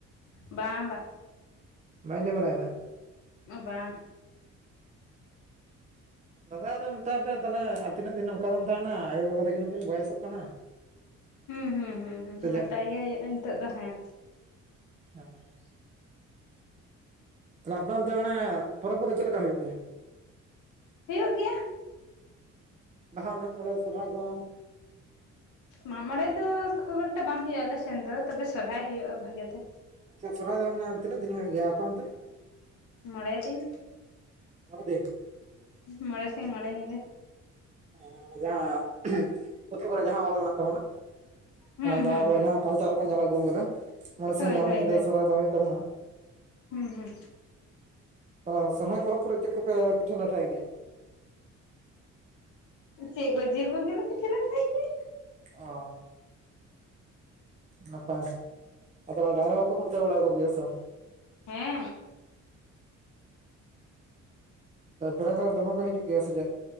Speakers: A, on the left (about 75°); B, on the right (about 25°).
A: ᱵᱟᱝ ᱵᱟ
B: ᱵᱟᱭ ᱞᱮᱭ ᱵᱟᱲᱟᱭᱫᱟ
A: ᱵᱟᱝ
B: ᱚ ᱫᱟᱫᱟ ᱟᱫᱚ ᱢᱮᱛᱟᱭ ᱯᱮ ᱛᱟᱦᱚᱞᱮ ᱟᱨ ᱛᱤᱱᱟᱹᱜ ᱫᱤᱱ ᱱᱚᱝᱠᱟ ᱫᱚᱢ ᱛᱟᱦᱮᱱᱟ ᱟᱭᱳᱼᱵᱟᱵᱟ ᱛᱟᱹᱠᱤᱱ ᱦᱚᱸ ᱠᱤᱱ ᱵᱚᱭᱮᱥᱚᱜ ᱠᱟᱱᱟ᱾
A: ᱦᱩᱸ ᱦᱩᱸ ᱦᱩᱸ ᱦᱩᱸ
B: ᱥᱮ ᱪᱮᱫ
A: ᱢᱮᱛᱟᱭ ᱜᱮ ᱦᱩᱭᱩᱜᱼᱟ᱾ ᱱᱤᱛᱚᱜ ᱫᱚ ᱦᱮᱸ
B: ᱦᱮᱸ ᱛᱟᱞᱚᱦᱮ ᱟᱯᱮ ᱚᱱᱛᱮ ᱢᱟᱱᱮ ᱯᱚᱨᱚᱵᱽ ᱠᱚᱫᱚ ᱪᱮᱜ ᱞᱮᱠᱟ ᱦᱩᱭᱩᱜ ᱜᱮᱭᱟ?
A: ᱦᱩᱭᱩᱜ ᱜᱮᱭᱟ᱾
B: ᱵᱟᱦᱟ ᱢᱟᱜᱽ ᱢᱚᱬᱮ ᱥᱚᱨᱦᱟᱭ ᱠᱚ
A: ᱢᱟᱜᱽ ᱢᱚᱬᱮ ᱫᱚ ᱠᱷᱩᱵ ᱮᱠᱴᱟ ᱵᱟᱝ ᱦᱩᱭᱩᱜᱼᱟ, ᱟᱞᱮ ᱥᱮᱱ ᱫᱚ᱾ ᱛᱚᱵᱮ ᱥᱚᱨᱦᱟᱭ ᱦᱩᱭᱩᱜᱼᱟ ᱵᱷᱟᱜᱮ ᱛᱮ
B: ᱟᱪᱪᱷᱟ᱾ ᱥᱚᱨᱦᱟᱭ ᱫᱚ ᱢᱟᱱᱮ ᱛᱤᱱᱟᱹᱜ ᱫᱤᱱ ᱦᱩᱭᱩᱜ ᱜᱮᱭᱟ ᱟᱯᱮ ᱚᱱᱛᱮ
A: ᱢᱚᱬᱮ ᱫᱤᱱ
B: ᱢᱚᱬᱮ ᱫᱤᱱ
A: ᱢᱚᱬᱮ ᱥᱤᱧ ᱢᱚᱬᱮ ᱧᱤᱫᱟᱹ
B: ᱦᱮᱸ ᱚᱱᱟ ᱡᱟᱦᱟᱸ ᱯᱩᱛᱷᱤ ᱠᱚᱨᱮ ᱡᱟᱦᱟᱸ ᱚᱞ ᱢᱮᱱᱟᱜ ᱛᱟᱵᱚᱱᱟ᱾
A: ᱦᱩᱸ
B: ᱟᱨ ᱚᱱᱟ
A: ᱦᱩᱸ
B: ᱟᱵᱚᱣᱟᱜ
A: ᱦᱩᱸ
B: ᱡᱟᱦᱟᱸ ᱠᱟᱞᱪᱟᱨᱵᱚ ᱧᱮᱞ ᱟᱹᱜᱩ ᱟᱠᱟᱫᱟ ᱢᱚᱬᱮ ᱥᱤᱧ
A: ᱦᱳᱭ
B: ᱢᱚᱬᱮ
A: ᱦᱳᱭ
B: ᱧᱤᱫᱟᱹ
A: ᱦᱳᱭ
B: ᱥᱚᱨᱦᱟᱭ ᱫᱚ ᱦᱩᱭᱩᱜ ᱛᱟᱵᱚᱱᱟ᱾
A: ᱦᱩᱸ ᱦᱩᱸ
B: ᱛᱟᱦᱚᱞᱮ ᱥᱚᱨᱦᱟᱭ ᱯᱚᱨᱚᱵᱽ ᱠᱚᱨᱮ ᱪᱮᱫ ᱠᱚᱯᱮ ᱯᱤᱴᱷᱟᱹ ᱞᱟᱴᱷᱟᱭ ᱜᱮᱭᱟ?
A: ᱪᱮᱫ ᱠᱚ ᱡᱤᱞ ᱠᱚᱜᱮᱞᱮ ᱯᱤᱴᱷᱟᱹ ᱞᱮᱠᱟᱭ ᱜᱮᱭᱟ᱾
B: ᱚ ᱱᱟᱯᱟᱭ᱾ ᱛᱚᱵᱮ ᱰᱟᱝᱨᱟ ᱠᱚᱯᱮ ᱠᱷᱩᱱᱴᱟᱹᱣ ᱵᱟᱲᱟ ᱠᱚᱜᱮᱭᱟ ᱥᱮ ᱵᱟᱝ
A: ᱦᱮᱸ
B: ᱚ ᱟᱨ ᱯᱮᱲᱟ ᱠᱚᱦᱚ ᱫᱚᱢᱮ ᱠᱚ ᱦᱤᱡᱩᱜ ᱜᱮᱭᱟ ᱥᱮ ᱪᱮᱫ?